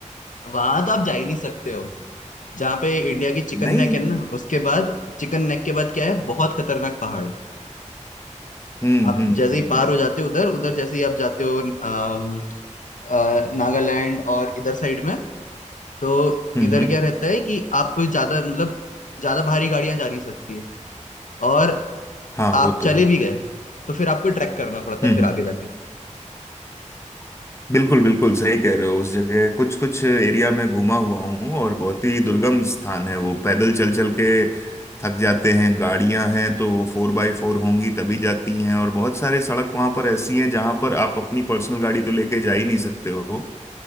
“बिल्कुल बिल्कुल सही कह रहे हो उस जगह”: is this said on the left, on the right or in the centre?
Left